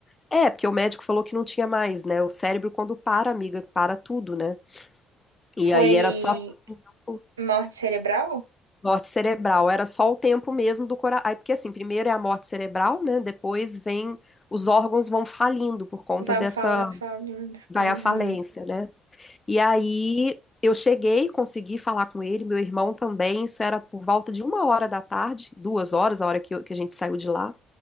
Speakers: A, on the left; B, on the right.
A: é, porque o médico falou que não tinha mais, né? O cérebro, quando para, amiga, para tudo, né? E
B: Foi
A: aí era só o
B: morte cerebral?
A: morte cerebral, era só o tempo mesmo do coração. Aí, porque assim, primeiro é a morte cerebral, né? Depois vem, os órgãos vão falindo por conta
B: Vai
A: dessa,
B: fala, falando.
A: vai
B: Uhum.
A: à falência, né? E aí eu cheguei, consegui falar com ele, meu irmão também, isso era por volta de uma hora da tarde, duas horas, a hora que, eu- que a gente saiu de lá.